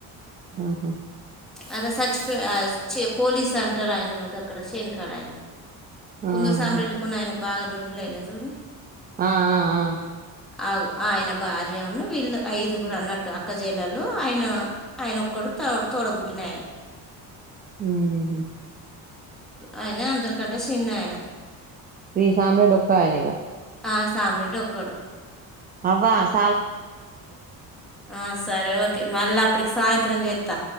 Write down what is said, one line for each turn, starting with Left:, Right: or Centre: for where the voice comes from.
Right: ఆహా
Centre: అద సర్చ్ చి పోలీస్ అంటారు ఆయన అక్కడ చేనుకాడ ఆయన కుందరు
Right: ఆహా
Centre: సామిరెడ్డి కొన్న ఆయనకు బాగా లొల్లి లైన్ చూడు
Right: ఆ ఆ ఆ
Centre: ఆ ఆయన భార్యన్న వీళ్ళు ఐదుగురు అన్నట్టు అక్క చెల్లెలు ఆయన ఆయన ఒక్కడు తోడ పుట్నయన
Right: హ్మ్
Centre: ఆయన అందరికంటే చిన్న ఆయన
Right: ఈ సామి రెడ్డి ఒక్కయానే ఇగ
Centre: ఆ సాబ్రాెడ్డి ఒక్కడు
Right: అవాస్
Centre: ఆ సరే ఓకే మళ్ళీ అప్పటికి సాయంత్రం చేస్తా